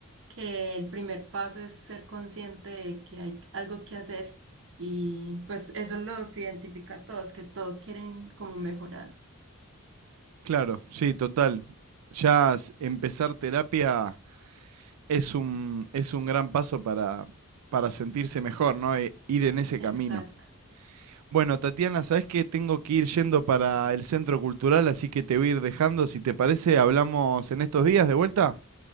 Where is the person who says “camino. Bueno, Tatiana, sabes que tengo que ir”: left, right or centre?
Right